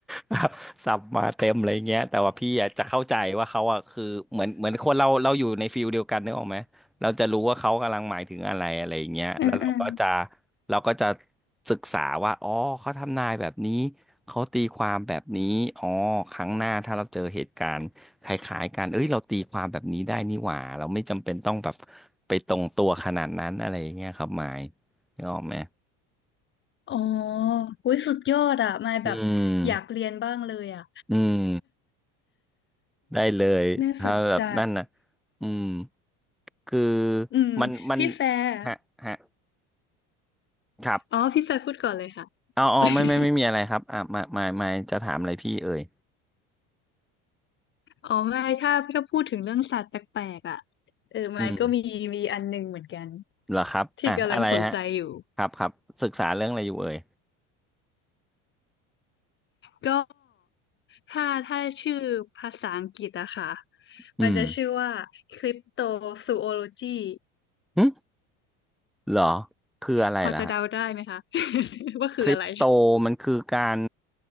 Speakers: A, in the centre; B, on the left.
A: <laughs> สับมาเต็มอะไรเงี้ยแต่ว่าพี่อะจะเข้าใจว่าเขาอะคือเหมือนเหมือนคนเราเราอยู่ในฟิลเดียวกันนึกออกไหม เราจะรู้ว่าเขากำลังหมายถึงอะไรอะไรอย่างเงี้ยแล้วเราก็จะ
B: อืมอืม
A: เราก็จะศึกษาว่าอ๋อเขาทำนายแบบนี้เขาตีความแบบนี้อ๋อครั้งหน้าถ้าเราเจอเหตุการณ์คล้ายๆกันเอ้ยเราตีความแบบนี้ได้นี่หว่าเราไม่จำเป็นต้องแบบไปตรงตัวขนาดนั้นอะไรอย่างเงี้ยครับหมายนึกออกไหม
B: อ๋ออุ้ยสุดยอดอ่ะมายแบบอยากเรียนบ้างเลยอ่ะ
A: อืมอืมได้เลยถ้าแบบนั่นนะ
B: <laughs> น่าสนใจ
A: อืมคือ
B: อืมพี่แฟร์
A: มันมันฮะฮะครับ
B: อ๋อพี่แฟร์พูดก่อนเลยค่ะ
A: เอาอ๋อไม่ไม่ไม่มีอะไรครับอ่ะมามามาจะถามอะไรพี่เอ่ย
B: <laughs> อ๋อไม่ถ้าถ้าพูดถึงเรื่องสัตว์แปลกๆอ่ะเออมายก็มีมีอันหนึงเหมือนกัน
A: อืมเหรอครับอ่ะอะไรฮะ
B: ที่กำลังสนใจอยู่
A: ครับครับศึกษาเรื่องอะไรอยู่เอ่ย
B: ก็ถ้าถ้าชื่อภาษาอังกฤษอะค่ะ
A: อืม
B: มันจะชื่อว่าคริปโตซูโอโลจี
A: หึเหรอคืออะไรล่ะฮะ
B: พอจะเดาได้ไหมคะ <laughs> ว่าคืออะไร
A: คริปโตมันคือการ